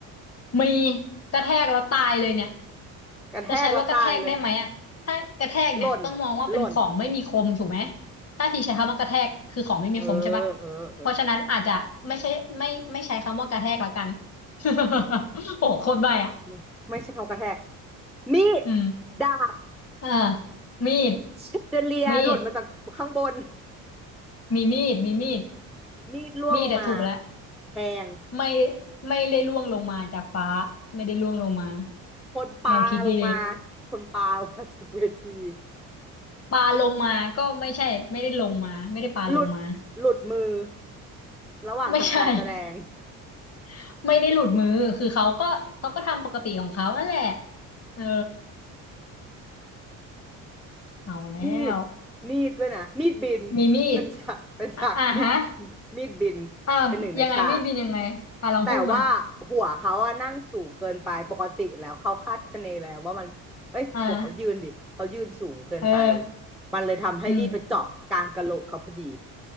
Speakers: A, on the left (about 40°); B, in the centre.
A: มีกระแทกแล้วตายเลยเนี่ย
B: กระแทกแล้วตายเลย
A: จะใช้ว่ากระแทกได้ไหมอ่ะถ้ากระแทกเนี่ยต้องมองว่าเป็นของไม่มีคมถูกไหม
B: หล่นหล่น
A: ถ้าทีใช้คำว่ากระแทกคือของไม่มีคมใช่ปะ
B: เออเออเออ
A: เพราะฉะนั้นอาจจะไม่ใช่ไม่ไม่ใช้คำว่ากระแทกแล้วกัน <laughs> โอ้โหโคตรใบ้อ่ะ
B: ไม่ไม่ใช่คำกระแทกมีด
A: อืม
B: ดาบ
A: อ่ามีด
B: แชเดเลียหล่นมาจากข้างบน
A: มีดมีมีดมีมีด
B: มีดร่วงลงมา
A: มีดอะถูกแล้ว
B: แทง
A: ไม่ไม่ได้ล่วงลงมาจากฟ้าไม่ได้ล่วงลงมา
B: คนปาลงมา
A: ลองคิดดี
B: คนปาลงมาจากเวที
A: ๆปลาลงมาก็ไม่ใช่ไม่ได้ลงมาไม่ได้ปลาลงมา
B: หลุดหลุดมือระหว่างทำการแสดง
A: ไม่ใช่ <laughs> ไม่ได้หลุดมือคือเขาก็เขาก็ทำปกติของเขานั่นแหละ
B: <laughs>
A: เออเอาแล้ว
B: มีดมีดด้วยนะมีดบิน
A: มีมีด
B: เป็นฉากเป็นฉากมีด
A: อ่ะอ่ะฮะ
B: มีดบิน
A: อ้าวยังไงมีดบินยังไงอ่ะลองพูดมา
B: เป็นหนึ่งในฉากแต่ว่าหัวเขาอะนั่งสูงเกินไปปกติแล้วเขาคาดคะเนแล้วว่ามันเอ้ยหัวเขายืนดิเขายืนสูงเกินไป
A: อ่าเออ
B: มันเลยทำให้มีดไปเจาะกลางกะโหลกเขาพอดี
A: อืม